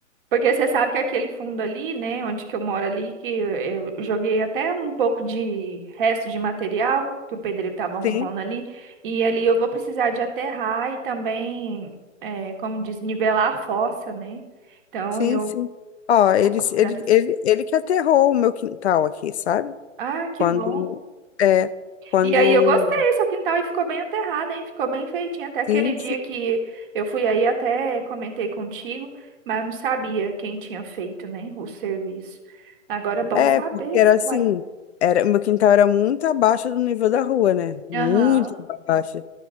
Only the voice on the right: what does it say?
porque você sabe que aquele fundo ali, né, onde que eu moro ali, que eu, eu joguei até um pouco de resto de material que o pedreiro estava arrumando
ali, e ali eu vou precisar de aterrar e também, é, como diz, nivelar a fossa, né? Então
eu
vou precisar
desses.
Ah, que
bom.
E aí eu gostei, seu quintal aí ficou bem aterrado, hein? Ficou bem feitinho. Até aquele
dia
que eu fui aí, até comentei contigo, mas não sabia quem tinha feito, né, o serviço. Agora é bom
saber,
uai.
Aham,